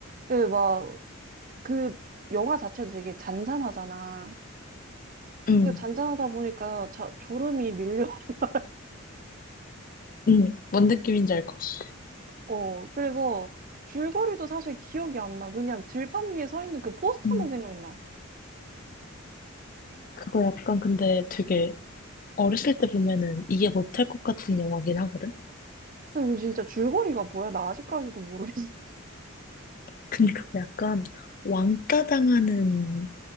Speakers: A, on the right; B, on the left.
A: 그 막, 그 영화 자체도 되게 잔잔하잖아.
B: 음.
A: 그 잔잔하다 보니까 자, 졸음이 밀려. <laughs>
B: 음. 뭔 느낌인지 알 것 같아.
A: 어, 그래서 줄거리도 사실 기억이 안 나. 그냥 들판 위에 서 있는 그 포스터만
B: 음.
A: 생각나.
B: 그거 약간 근데 되게 어렸을 때 보면은 이해 못할 것 같은 영화긴 하거든?
A: 그 이거 진짜 줄거리가 뭐야? 나 아직까지도 모르겠어.
B: 근데 그거 약간 왕따 당하는